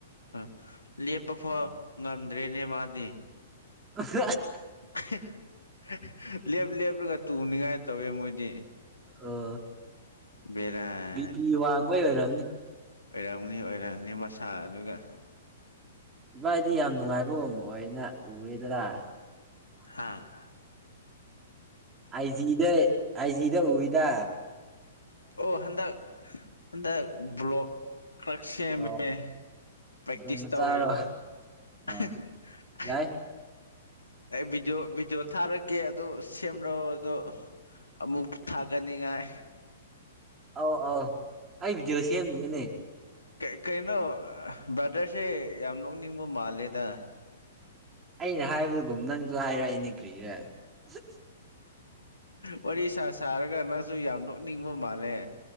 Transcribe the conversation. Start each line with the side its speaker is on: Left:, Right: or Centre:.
Left: ꯎꯝ ꯂꯦꯞꯄ ꯐꯥꯎ
Right: ꯎꯝ
Left: ꯉꯝꯗ꯭ꯔꯦꯅꯦ ꯃꯥꯗꯤ
Right: <unintelligible>
Left: ꯑꯍꯦ ꯍ ꯂꯦꯞ ꯂꯦꯞꯂꯒ ꯇꯨꯅꯤꯡꯉꯥꯏ ꯇꯧꯋꯦ ꯃꯣꯏꯗꯤ
Right: ꯑꯣ
Left: ꯕꯦꯔꯥꯅꯤ
Right: ꯕꯤ ꯄꯤ ꯋꯥꯡꯕꯩ ꯑꯣꯏꯔꯝꯅꯤ
Left: ꯑꯣꯏꯔꯝꯅꯤ ꯑꯣꯏꯔꯝꯅꯤ ꯃꯁꯥ ꯑꯗꯨꯒ
Right: ꯏꯕꯥꯏꯗꯤ ꯌꯥꯝ ꯅꯨꯡꯉꯥꯏꯕ ꯎꯝ ꯑꯣꯏꯅ ꯎꯔꯦꯗꯅꯥ
Left: ꯍꯥꯥ
Right: ꯑꯥꯏꯖꯤꯗ ꯑꯥꯏꯖꯤꯗ ꯎꯏꯗꯥ
Left: ꯑꯣ ꯍꯟꯗꯛ ꯍꯟꯗꯛ ꯕ꯭ꯂꯣꯛ ꯈꯔ ꯁꯦꯝꯃꯦ
Right: ꯑꯣ
Left: ꯄ꯭ꯔꯦꯛꯇꯤꯁ
Right: ꯗꯣꯡ ꯃꯆꯥꯔꯣ
Left: ꯇꯧꯔꯤꯕ
Right: ꯑꯥ
Left: ꯑꯍꯦ ꯍꯦ
Right: ꯌꯥꯏ
Left: ꯑꯩ ꯚꯤꯗꯤꯑꯣ ꯚꯤꯗꯤꯑꯣ ꯊꯥꯔꯛꯀꯦ ꯑꯗꯨ ꯁꯦꯝꯔꯣ ꯑꯗꯣ ꯑꯃꯨꯛ ꯊꯥꯒꯠꯅꯤꯉꯥꯏ
Right: ꯑꯥꯎ ꯑꯥꯎ ꯑꯩ ꯚꯤꯗꯤꯑꯣ ꯁꯦꯝꯗꯨꯏꯅꯦ
Left: ꯀꯦ ꯀꯩꯅꯣ ꯕ꯭ꯔꯥꯗꯔꯁꯦ ꯌꯥꯝ ꯅꯣꯛꯅꯤꯡꯕ ꯃꯥꯜꯂꯦꯗ
Right: ꯑꯩꯅ ꯍꯥꯏꯕꯗꯨꯒꯨꯝ ꯅꯪꯖꯨ ꯍꯥꯏꯔꯛꯏꯅꯦ ꯀ꯭ꯔꯤꯔꯥ ꯑꯍ
Left: ꯋꯥꯔꯤ ꯁꯥ ꯁꯥꯔꯒ ꯅꯪꯁꯨ ꯌꯥꯝ ꯅꯣꯛꯅꯤꯡꯕ ꯃꯥꯜꯂꯦ